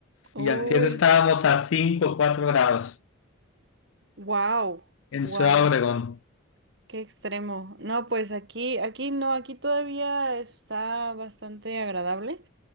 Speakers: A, on the right (about 55°); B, on the left (about 70°).
A: Uy,
B: Y antier estábamos a 5 o 4 grados
A: wow,
B: en
A: wow,
B: Ciudad Obregón.
A: qué extremo. No, pues aquí, aquí no, aquí todavía está bastante agradable.